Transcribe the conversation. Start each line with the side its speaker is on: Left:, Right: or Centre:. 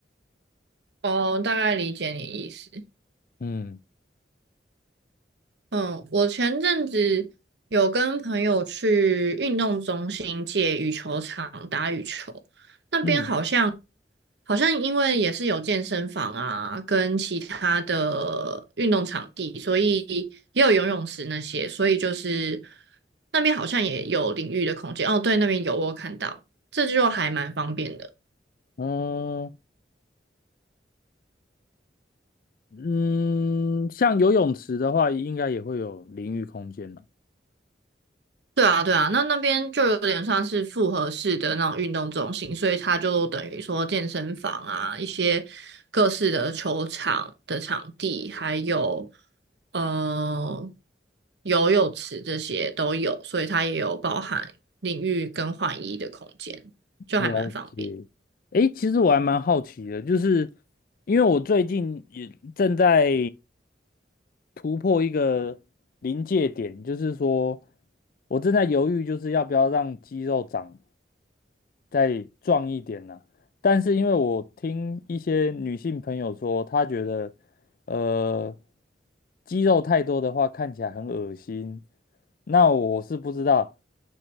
Right: 哦，大概理解你意思。
Left: 嗯。
Right: 嗯，我前阵子有跟朋友去运动中心借羽球场打羽球，那边好像
Left: 嗯，
Right: 好像因为也是有健身房啊，跟其他的运动场地，所以也有游泳池那些，所以就是那边好像也有淋浴的空间。哦，对，那边有我有看到，这就还蛮方便的。
Left: 嗯，嗯，像游泳池的话，应该也会有淋浴空间了。
Right: 对啊，对啊，那那边就有点算是复合式的那种运动中心，所以它就等于说健身房啊，一些各式的球场的场地，还有呃游泳池这些都有，所以它也有包含淋浴跟换衣的空间，就还蛮方便。
Left: 了解。诶，其实我还蛮好奇的，就是因为我最近也正在突破一个临界点，就是说我正在犹豫，就是要不要让肌肉长再壮一点呢、但是因为我听一些女性朋友说，她觉得呃肌肉太多的话看起来很恶心，那我是不知道